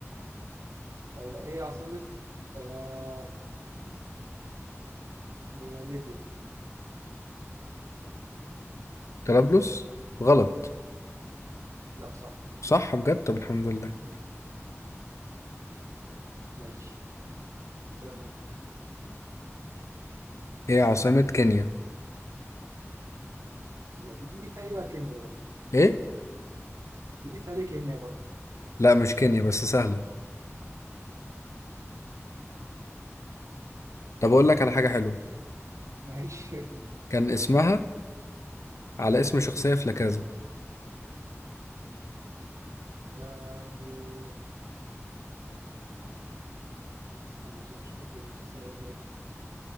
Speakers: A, on the right (about 75°); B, on the left (about 70°).
A: آه، ايه عاصمة آه ليبيا
B: طرابلس غلط
A: لا صح
B: صح بجد طب الحمد لله
A: مم. ماشي السلام انت
B: ايه عاصمة كينيا
A: لا، دي دي في بقى كينيا برضه
B: ايه
A: دي في عليه كينيا برضه
B: لا مش كينيا بس سهلة طب اقول لك على حاجة حلوة
A: ماشي <laughs>
B: كان اسمها على اسم شخصية في لاكازا
A: آه، و- استنى عشان مش فاكر المسلسل أوي برضه